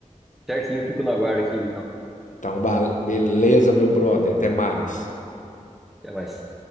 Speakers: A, in the centre; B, on the left.
A: certinho, fico no aguardo aqui, Vitão.
B: Então, ba- beleza, meu brother, até mais.
A: Até mais.